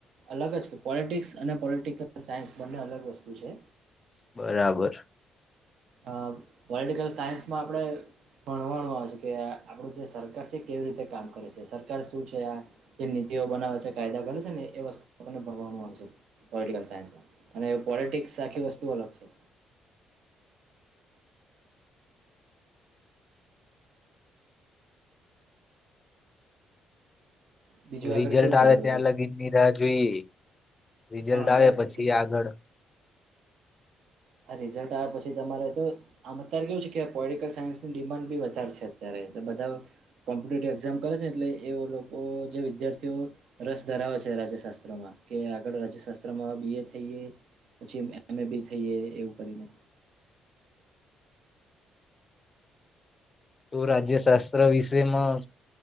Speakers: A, on the right (about 70°); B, on the left (about 35°).
A: અલગ જ કે પોલિટિક્સ અને પોલિટિકલ સાયન્સ બંને અલગ વસ્તુ છે.
B: બરાબર.
A: અ પોલિટિકલ સાયન્સમાં આપણે ભણવાનું આવે છે કે આપણું જે સરકાર છે કેવી રીતે કામ કરે છે સરકાર શું છે આ જે નીતિઓ બનાવે છે કાયદા કરે છે ને એ વસ્તુ આપને ભણવાનું આવે છે પોલિટિકલ સાયન્સમાં અને પોલિટિક્સ આખી વસ્તુ અલગ છે. બીજું
B: રિઝલ્ટ
A: આગળ કેવું
B: આવે
A: ચાલે બધું
B: ત્યાં લગીન ની રાહ જોઈએ. રિઝલ્ટ
A: હા
B: આવે
A: એટલે
B: પછી આગળ
A: હા રિઝલ્ટ આવ્યા પછી તમારે તો આમ અત્યારે કેવું છે કે પોલટિકલ સાયન્સની ડિમાન્ડ બી વધારે છે અત્યારે બધા કોમ્પિટેટિવ એક્ઝામ કરે છે. એટલે એ લોકો જે વિદ્યાર્થીઓ રસ ધરાવે છે. રાજ્ય શાસ્ત્રોમાં કે આગળ રાજ્ય શાસ્ત્રમાં બી એ થઈએ પછી એમએ બી થઈએ એવું કરીને
B: તો રાજ્ય શાસ્ત્ર વિષમાં